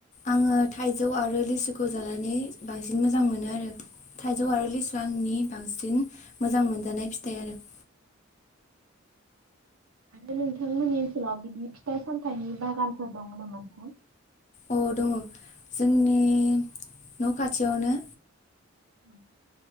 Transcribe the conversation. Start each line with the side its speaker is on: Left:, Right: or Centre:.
Left: आङो थाइजौ आरो लिसुखौ जानानै बांसिन मोजां मोनो आरो थाइजौ आरो लिसुवानि आंनि बांसिन मोजां मोनजानाय फिथाइ आरो
Right: आरो नोंथांमोननि ओनसोलाव बिदि फिथाइ सामथाइनि बागानफोर दङ नामा नोंथां
Left: औ दङ जोंनि न' खाथियावनो
Right: <inaudible>